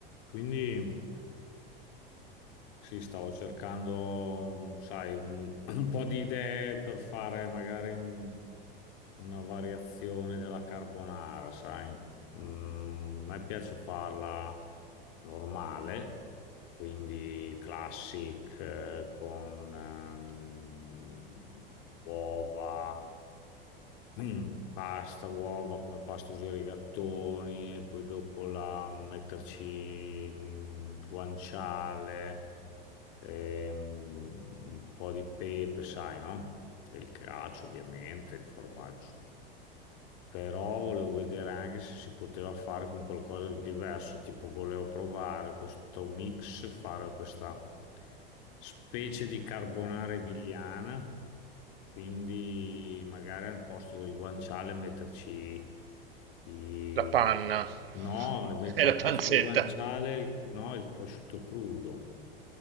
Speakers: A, on the left; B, on the right.
A: Quindi sì, stavo cercando, mm, sai, un, <clears throat> un po' di idee per fare magari un- una variazione della carbonara, sai. Mm, a me piace farla normale, quindi classic, eh, con ehm, uova. Mm, pasta, uova, come pasta usare i gattoni e poi dopo la, metterci mm, il guanciale, ehm, un po' di pepe, sai, no? E il cacio, ovviamente, il formaggio però volevo vedere anche se si poteva fare con qualcosa di diverso, tipo volevo provare questo mix, fare questa specie di carbonara emiliana, quindi magari al posto del guanciale metterci i...
B: La panna <laughs>
A: No, mettere
B: e la
A: al
B: pancetta.
A: posto del guanciale il, no, il prosciutto crudo.